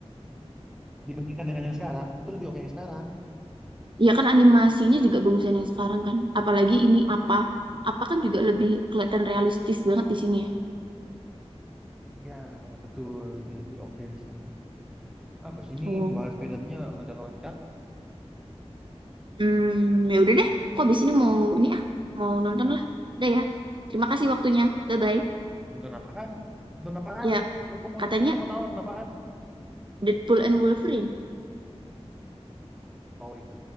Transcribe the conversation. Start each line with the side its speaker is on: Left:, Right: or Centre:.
Centre: dibandingkan dengan yang sekarang itu lebih oke yang sekarang
Right: Iya kan animasinya juga bagusan yang sekarang kan apalagi ini apa apa kan juga lebih kelihatan realistis banget di sini ya
Centre: iya betul lebih lebih oke di sini apa sih ini
Right: oh
Centre: bahas filmnya ada loncat
Right: hmm ya udah deh kok abis ini mau ini ah mau nonton lah udah ya terima kasih waktunya bye bye
Centre: nonton apaan nonton apaan
Right: ya
Centre: mau kamu
Right: katanya
Centre: mau kamu tahu nonton apaan
Right: Deadpool and Wolverine
Centre: oh iya